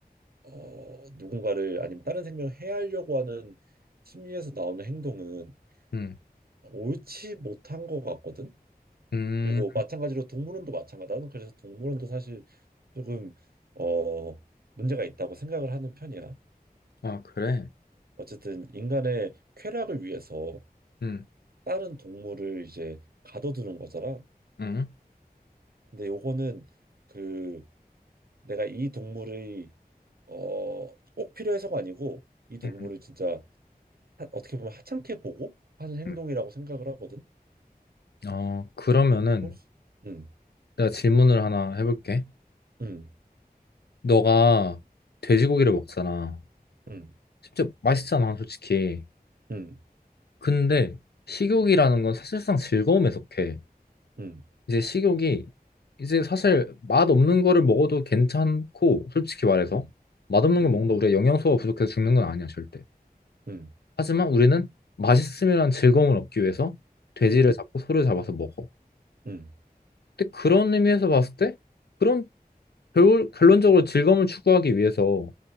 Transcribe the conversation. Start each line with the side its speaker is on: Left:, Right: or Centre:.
Right: 어 누군가를 아니면 다른 생명을 해하려고 하는 심리에서 나오는 행동은
Left: 음,
Right: 옳지 못한 것 같거든.
Left: 음.
Right: 그리고 마찬가지로 동물원도 마찬가지다. 나는 그래서 동물원도 사실 조금 어 문제가 있다고 생각을 하는 편이야.
Left: 아, 그래?
Right: 어쨌든 인간의 쾌락을 위해서
Left: 음,
Right: 다른 동물을 이제 가둬두는 거잖아.
Left: 음,
Right: 근데 요거는 그 내가 이 동물의 어꼭 필요해서가 아니고 이 동물을
Left: 음,
Right: 진짜 하- 어떻게 보면 하찮게 보고 하는 행동이라고
Left: 음.
Right: 생각을 하거든.
Left: 어, 그러면은
Right: 혹시 음,
Left: 내가 질문을 하나 해볼게.
Right: 음,
Left: 너가 돼지고기를 먹잖아.
Right: 음,
Left: 진짜 맛있잖아, 솔직히.
Right: 음,
Left: 근데 식욕이라는 건 사실상 즐거움에 속해.
Right: 음,
Left: 이제 식욕이 이제 사실 맛없는 거를 먹어도 괜찮고, 솔직히 말해서
Right: 음,
Left: 맛없는
Right: 음,
Left: 걸 먹는다 우리가 영양소가 부족해서 죽는 건 아니야, 절대.
Right: 음,
Left: 하지만 우리는 맛있음이란 즐거움을 얻기 위해서 돼지를
Right: 음,
Left: 잡고 소를 잡아서 먹어.
Right: 음, 음.
Left: 근데 그런 의미에서 봤을 때 그런 결, 결론적으로 즐거움을 추구하기 위해서